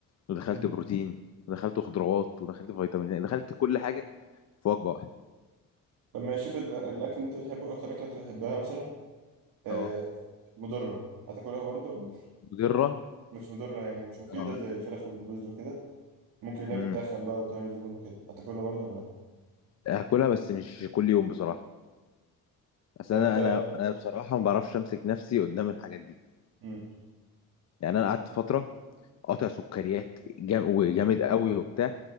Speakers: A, on the left; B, on the right.
A: ودخلت
B: امم
A: بروتين ودخلت خضروات ودخلت فيتامينات دخلت كل حاجه في وجبه واحده
B: طب ماشي شوف ال- الاكل اللي انت بتحبه اكتر اكله انت بتحبها مثلا آه
A: اه
B: مضره هتاكلها برضو ولا لأ؟
A: مضره
B: مش مضره يعني مش مفيده
A: اه
B: زي الفراخ والرز وكده ممكن اللي
A: امم
B: هي بتتخن بقى وبتعمل دهون وكده هتاكلها برضه ولا لا
A: هاكلها بس مش كل يوم بصراحه اصل
B: يعني
A: انا
B: انت
A: انا انا بصراحه ما بعرفش امسك نفسي قدام الحاجات دي
B: امم
A: يعني انا قعدت فتره قاطع سكريات جام وجامد قوي وبتاع